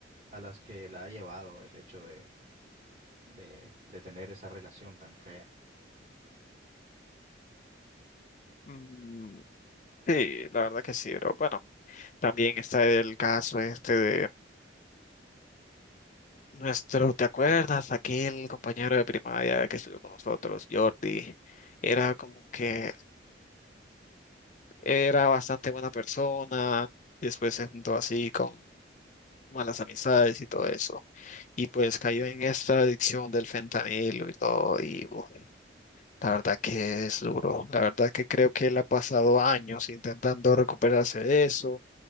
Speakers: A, on the right; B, on the left.
A: a las que la ha llevado el hecho de, de, de tener esa relación tan fea.
B: Mm, sí, la verdad que sí, pero bueno, también está el caso este de nuestro, ¿te acuerdas? Aquel compañero de primaria que estudió con nosotros, Jordi, era como que Era bastante buena persona, después se juntó así con malas amistades y todo eso. Y pues cayó en esta adicción del fentanilo y todo. Y uf, la verdad que es duro. La verdad que creo que él ha pasado años intentando recuperarse de eso.